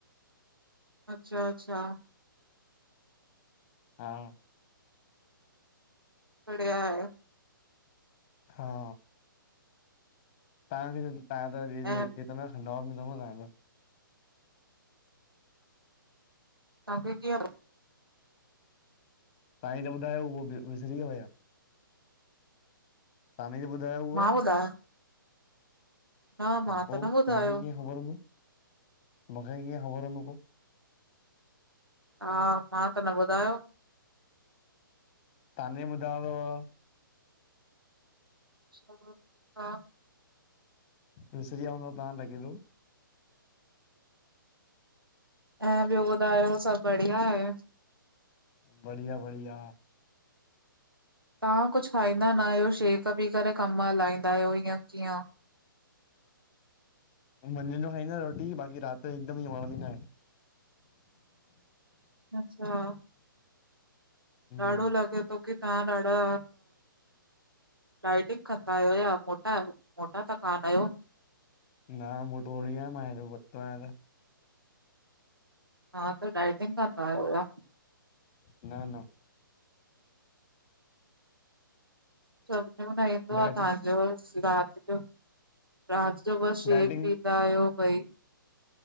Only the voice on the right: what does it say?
अच्छा- अच्छा।
बढ़िया आहे।
ऐं
तां खे कीअं?
मां ॿुधायो न मां
त न ॿुधायो
हा, मां त न ॿुधायो।
छ हा।
ऐं ॿियो ॿुधायो सभु बढ़िया आहे?
तां कुछ खाईंदा नायो शेक पी करे कम हलाईंदा आहियो इयं कीअं?
अच्छा।
ॾाढो लॻंदो की तां ॾाढा डाइटिंग कंदा आहियो, या मोटा- मोटा त कान आहियो?
हा त डाइटिंग कंदायो या?
सम्झ में न ईंदो
आ तवांजो राति जो राति जो बस शेक
पि दायो भई।